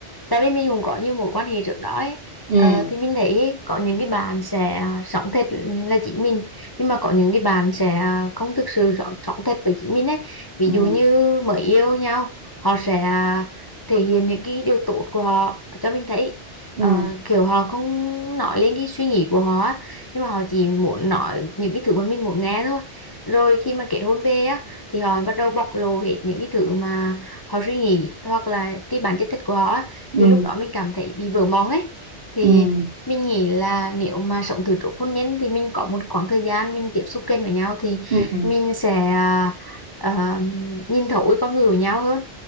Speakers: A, on the left (about 20°); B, on the right (about 50°).
A: tại vì mình cũng có nhiều mối quan hệ trước đó ấy.
B: ừ
A: Ờ, thì mình thấy có những cái bạn sẽ à, sống thật là chính mình nhưng mà có những cái bạn sẽ à, không thực sự rõ- sống thật với chính mình ấy ví
B: ừ
A: dụ như mới yêu nhau họ sẽ à, thể hiện những cái điều tốt của họ cho mình thấy
B: ừ
A: Ờ, kiểu họ không nói lên cái suy nghĩ của họ á, nhưng mà họ chỉ muốn nói những cái thứ mà mình muốn nghe thôi rồi khi mà kết hôn về á thì họ bắt đầu bộc lộ hết những cái thứ mà họ suy nghĩ hoặc là cái bản chất thật của họ á
B: ừ
A: thì lúc đó mình cảm thấy bị vỡ mộng ấy thì
B: ừ
A: mình nghĩ là nếu mà sống từ trước hôn nhân thì mình có một khoảng thời gian mình tiếp xúc kênh với nhau thì
B: ừ ừ.
A: mình sẽ à, à, nhìn thấu cái con người của nhau hơn